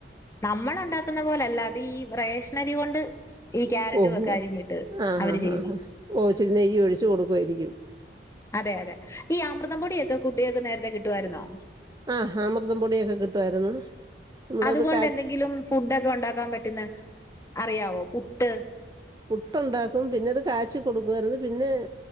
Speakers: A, on the left; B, on the right.
A: നമ്മൾ ഒണ്ടാക്കുന്ന പോലല്ല അത് ഈ റേഷ്നരി കൊണ്ട് ഈ ക്യാരറ്റും
B: ഓഹ്
A: ഒക്കെ
B: ഓ
A: അരിഞ്ഞിട്ട്
B: ആഹ്
A: അവര്
B: ഹാ
A: ചെയ്യുന്ന
B: ആഹ് ഓ ഇച്ചിരി നെയ്യ് ഒഴിച്ചു കൊടുക്കുയിരിക്കും.
A: അതെ അതെ ഈ അമൃതം പൊടിയൊക്കെ കുട്ടികക്ക്‌ നേരത്തെ കിട്ടുവായിരുന്നോ?
B: ആഹ് അമൃതം പൊടിയൊക്കെ കിട്ടുവായിരുന്നു. നമ്മളത്
A: അതുകൊണ്ട്
B: കാ
A: എന്തെങ്കിലും ഫുഡോക്കെ ഒണ്ടാക്കാൻ പറ്റുന്ന അറിയാവോ പുട്ട്
B: പുട്ടുണ്ടാക്കും, പിന്നെത് കാച്ചി കൊടുക്കുവായിരുന്നു പിന്നെ